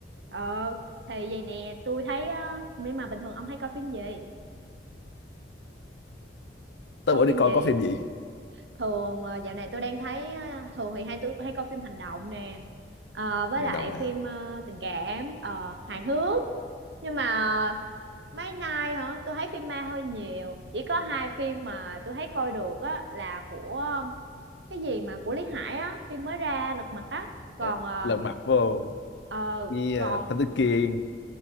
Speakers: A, on the right; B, on the left.
A: ờ thì vậy nè tôi thấy á, nhưng mà bình thường ông hay coi phim gì
B: tới
A: coi
B: bữa
A: phim
B: đi coi
A: gì
B: có phim gì
A: thường ờ, dạo này tôi đang thấy ờ, thường thì hay tôi hay coi phim hành động nè Ờ, với
B: nghe
A: lại
B: đồng à
A: phim ờ, tình cảm ờ, hài hước nhưng mà mấy nay hả tôi thấy phim ma hơi nhiều chỉ có hai phim mà tôi thấy coi được á là của ờ, cái gì mà của Lý Hải á phim mới ra Lật Mặt á còn
B: Ờ,
A: ờ
B: lần mặt vô
A: ờ,
B: với
A: còn
B: à, Thánh Đức Kiên